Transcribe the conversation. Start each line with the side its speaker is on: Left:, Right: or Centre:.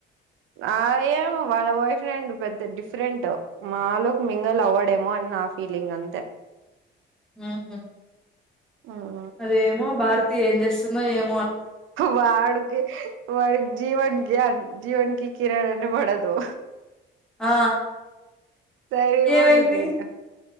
Right: ఆ ఏమో వాళ్ళ బాయ్ ఫ్రెండ్ పెద్ద డిఫరెంట్ మాలోక్ మింగల్ అవ్వడేమో అని నా ఫీలింగ్ అంతే
Centre: ఊహూ
Right: మ్మ్
Centre: అదేమో భారతి ఏం చేస్తుందో ఏమ్
Right: వాడుకి వా జీవన్ గా జీవన్ కి కిరణ్ అంటే పడదు
Centre: ఆ
Right: సరిపోతుంది
Centre: ఏమైంది
Right: ఇంకా